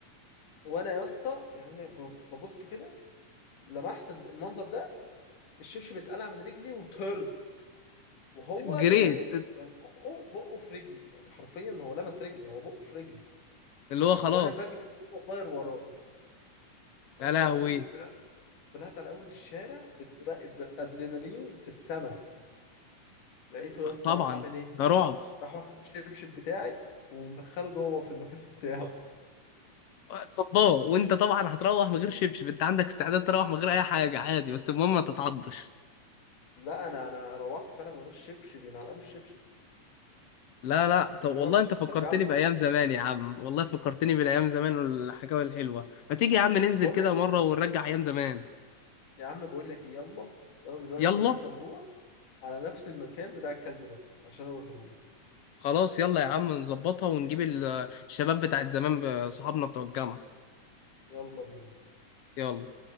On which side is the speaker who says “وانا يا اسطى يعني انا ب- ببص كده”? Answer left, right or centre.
Left